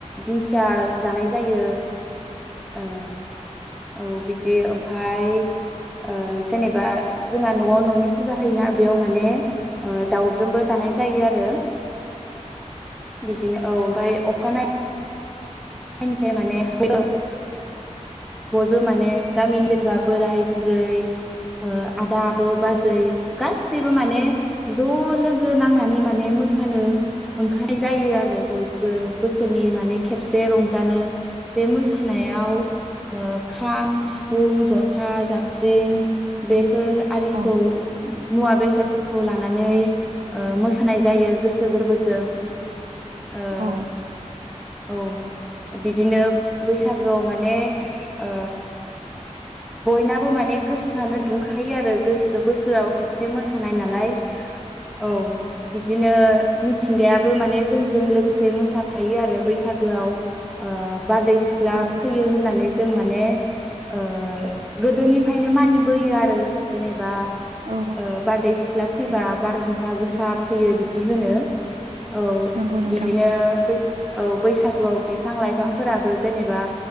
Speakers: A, in the centre; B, on the right.
A: दिंखिया जानाय जायो ओ औ बिदि ओमफाय ओ जेनेबा जोंहा न'आव न'नि फुजा होयोना बेयाव माने ओ दावज्रोमबो जानाय जायो आरो बिदिनो औ ओमफाय अखानायै निफ्राय माने <unintelligible> ओ बयबो माने गामिनि जेनेबा बोराय बै ओ आदा आब' बाजै गासै गासैबो माने ज' लोगो नांनानै माने मोसानो ओंखारनाय जायो आरो बयबो बोसोरनि माने खेबसे जानो बे मोसानायाव ओ खाम सिफुं जथा जाब स्रिं बे फोर आरिखौ
B: औ
A: मुवा बेसादफोरखौ लानानै ओ मो होनाय जायो गोसो गोरबोजों ओ
B: औ
A: औ बिदिनो बैसागोआव माने ओ बयनाबो माने गोसोआनो दुंखायो आरो गोसो बोसोराव खेबसे मो थानाय नालाय औ बिदिनो मिथिंगायाबो माने जोंजों लोगोसे मोसाफायो आरो बैसागोआव। ओ बारदै सिख्ला
B: औ
A: फैयो होननानै जों माने ओ गोदोनिफ्रायनो मानिबोयो आरो जेनेबा
B: औ
A: ओ बारदै सिख्ला फैबा
B: सैथो
A: बारहुंखा गोसाब फैयो बिदि होनो। औ
B: नंगौ नोंथां
A: बिदिनो बै औ बैसागुआव बि फां लाइफां फोराबो जेनेबा